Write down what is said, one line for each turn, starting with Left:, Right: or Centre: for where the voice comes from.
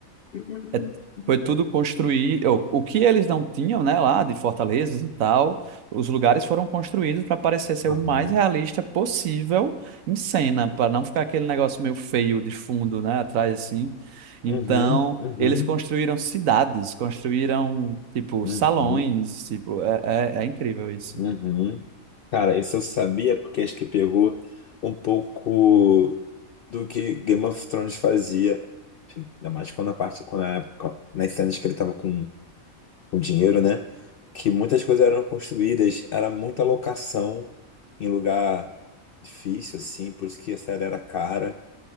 Left: <laughs>
Right: É, Foi tudo construir. O o que eles não tinham, né, lá de fortalezas e tal, os lugares foram construídos para parecer ser
Left: Aham.
Right: o mais realista possível em cena, para não ficar aquele negócio meio feio de fundo, né, atrás assim. Então,
Left: Uhum, uhum,
Right: eles construíram cidades, construíram, tipo,
Left: uhum,
Right: salões, tipo, é, é, é incrível isso.
Left: uhum. Cara, isso eu sabia porque acho que pegou um pouco do que Game of Thrones fazia. Enfim, ainda mais quando a parte, quando a, época- nas cenas que ele tava com, com dinheiro, né? Que muitas coisas eram construídas, era muita locação em lugar difícil, assim, por isso que a série era cara.